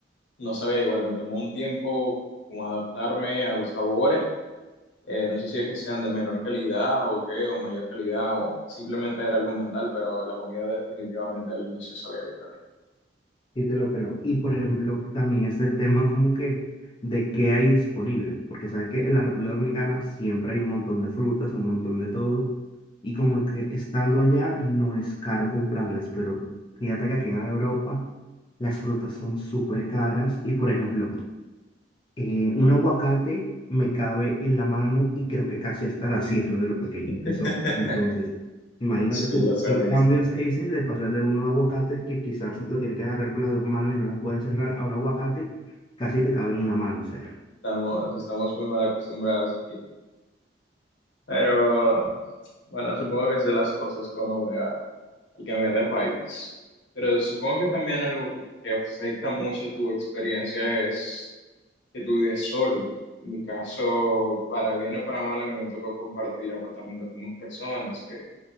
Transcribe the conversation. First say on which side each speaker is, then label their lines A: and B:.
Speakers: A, on the left (about 80°); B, on the left (about 30°).
A: no sabía igual. Me tomó un tiempo como adaptarme a los sabores Eh, no sé si es que sean de menor calidad o qué, o mayor calidad, o simplemente era algo mental, pero la comida definitivamente al inicio sabía diferente.
B: Sí, te lo creo. Y por ejemplo, también es el tema como que de qué hay disponible, porque sabes que en la República Dominicana siempre hay un montón de frutas, un montón de todo, y como que estando allá no es caro comprarlas, pero fíjate que aquí en Europa las frutas son súper caras y por ejemplo, eh, un aguacate me cabe en la mano y creo que casi hasta la cierro de lo pequeños que
A: <laughs>
B: son. Entonces, imagínate
A: Sí,
B: tú,
A: los
B: el
A: he visto.
B: cambio es ese de pasar de unos aguacates que quizás lo tienes que agarrar con las dos manos y no la puedes cerrar a un aguacate que casi te cabe en una mano, o sea.
A: Estamos, estamos muy mal acostumbrados aquí. Pero bueno, supongo que es de las cosas que uno ve al, al cambiar de país. Pero supongo que también algo que, que afecta mucho tu experiencia es que tú vives solo. En mi caso, para bien o para mal, a mí me tocó compartir apartamento con más personas, que